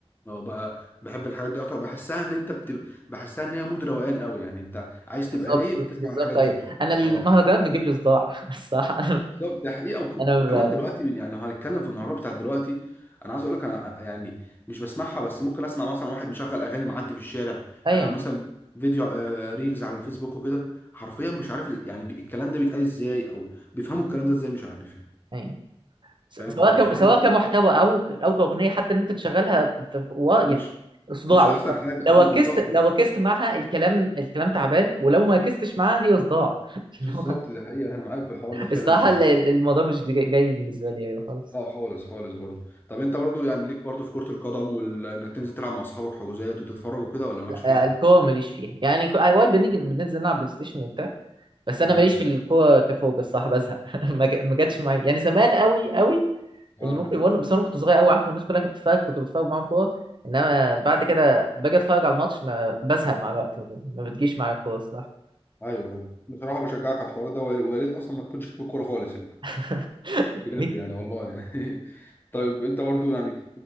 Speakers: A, on the left (about 20°); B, on the right (about 50°).
A: اه بقى بحب الحاجات دي أكتر بحسها إن أنت بتبقى بحسها إن هي مود روقان قوي يعني أنت عايز تبقى
B: بالظبط
A: رايق تسمع
B: بالظبط
A: الحاجات
B: ايوه
A: دي
B: انا المهرجان
A: اه
B: بيجيب لي صداع <laughs> الصراحه
A: بالظبط ده حقيقه وك-
B: انا ب...
A: وكمان دلوقتي يعني لو هنتكلم في المهرجان بتاع دلوقتي انا عايز اقول لك انا يعني مش بسمعها بس ممكن اسمع مثلا واحد مشغل اغاني معدي في الشارع
B: اي
A: آه
B: يعني
A: مثلا فيديو آه ريلز على الفيسبوك وكده حرفيا مش عارف ال- يعني بي- الكلام ده بيتقال ازاي او بيفهموا الكلام ده ازاي مش عارف يعني
B: اي س-
A: فاهم
B: سواء
A: فبصراحه
B: ك... سواء
A: مش
B: كمحتوى او او كاغنيه حتى ان انت تشغلها في- في- و... يعني
A: مش
B: صداع
A: مش احسن حاجه
B: لو
A: اه
B: ركزت
A: بالظبط مش-
B: لو ركزت معاها الكلام الكلام تعبان ولو ما ركزتش معاها هي صداع <laughs> اللي
A: بالظبط
B: هو
A: ده حقيقه انا معاك في الحوار ده فعلا
B: الصراحه
A: يعني
B: ال- ال- الموضوع مش جاي جاي بالنسبه لي ايوه خالص
A: لا خالص خالص برضه طب انت برضه يعني ليك برضه في كرة القدم وانك تنزل تلعب مع اصحابك حجوزات وتتفرج وكده ولا مالكش
B: لا
A: فيها؟
B: الكوره ماليش فيها يعني ك- اوقات بنيجي بننزل نلعب بلاي ستيشن وبتاع بس انا
A: امم
B: ماليش في الكوره كفوق الصراحه بزهق <laughs> ما جا- ما جاتش معايا يعني زمان قوي قوي
A: اه
B: اللي ممكن يقول بس انا كنت صغير قوي عارف الناس كلها كانت بتتفرج كنت بتفرج معاهم كوره انما بعد كده باجي اتفرج على الماتش ما بزهق مع الوقت ما بتجيش معايا الكوره الصراحه
A: ايوه ايوه بصراحه بشجعك على الحوار ده ويا ويا ريت اصلا ما تكونش ليك في الكوره خالص يعني
B: <laughs>
A: بجد
B: ليك
A: يعني والله يعني <laughs> طيب انت برضو يعني